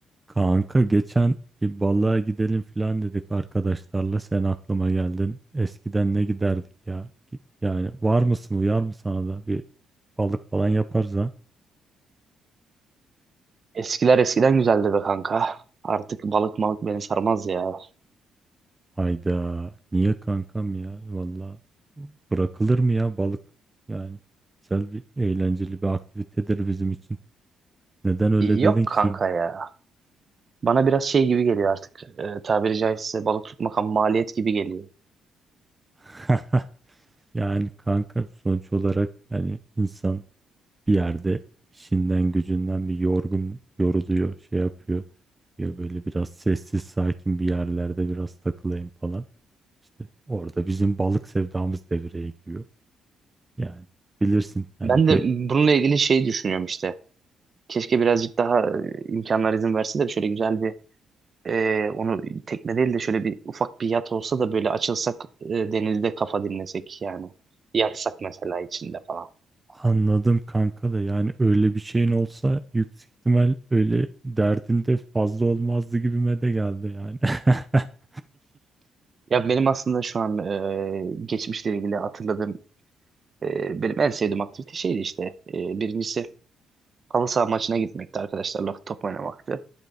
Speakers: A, on the right (about 15°); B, on the right (about 40°).
A: Kanka geçen bir balığa gidelim falan dedik arkadaşlarla. Sen aklıma geldin. Eskiden ne giderdik ya? Ki- Yani var mısın uyar mı sana da bir balık falan yaparız ha?
B: Eskiler eskiden güzeldi be kanka. Artık balık malık beni sarmaz ya.
A: Hayda niye kankam ya? Valla bırakılır mı ya balık? Yani güzel bir eğlenceli bir aktivitedir bizim için. Neden öyle dedin
B: Yok
A: ki
B: kanka
A: şimdi?
B: ya. Bana biraz şey gibi geliyor artık. E, tabiri caizse balık tutmak ham maliyet gibi geliyor.
A: <laughs> Yani kanka sonuç olarak hani insan bir yerde işinden gücünden bir yorgun yoruluyor şey yapıyor. Ya böyle biraz sessiz sakin bir yerlerde biraz takılayım falan. İşte orada bizim balık sevdamız devreye giriyor. Yani bilirsin yani
B: Ben
A: ge-
B: de bununla ilgili şey düşünüyorum işte. Keşke birazcık daha e, imkanlar izin verse de şöyle güzel bir e, onu tekne değil de şöyle bir ufak bir yat olsa da böyle açılsak e, denizde kafa dinlesek yani. Yatsak mesela içinde falan.
A: anladım kanka da yani öyle bir şeyin olsa yüksek ihtimal öyle derdinde fazla olmazdı gibime de geldi yani. <laughs>
B: Ya benim aslında şu an e, geçmişle ilgili hatırladığım Ee, benim en sevdiğim aktivite şeydi işte. Ee, birincisi halı saha maçına gitmekti arkadaşlarla top oynamaktı.